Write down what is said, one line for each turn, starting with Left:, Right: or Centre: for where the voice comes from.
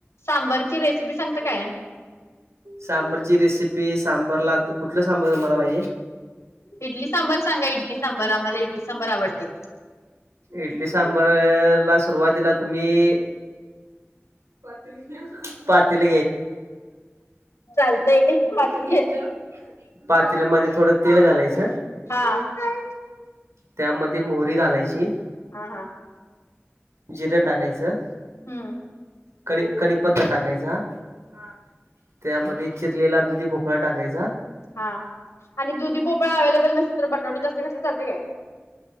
Left: सांबरची रेसिपी सांगता काय?
Right: सांबरची रेसिपी सांबरला कुठलं सांबर तुम्हाला पाहिजे?
Left: इडली सांबार सांगा इडली सांबार आम्हाला इडली सांबार आवडते
Right: इडली सांबर ला सुरुवातीला तुम्ही पातेलं घ्यायचं पातेल
Left: चालतंय पातून
Right: घेतलं पातेल्या मध्ये थोडं तेल घालायचं
Left: हा हा
Right: त्यामध्ये मोहरी घालायची
Left: हा हा
Right: जिरं टाकायचं
Left: हम्म
Right: कढी, कढीपत्ता टाकायचा. हा. त्यामध्ये चिरलेला दुधी भोपळा टाकायचा.
Left: हा आणि दुधी भोपळा अव्हेलेबल नसेल तर, बटाटा जास्त घातलं चालते काय?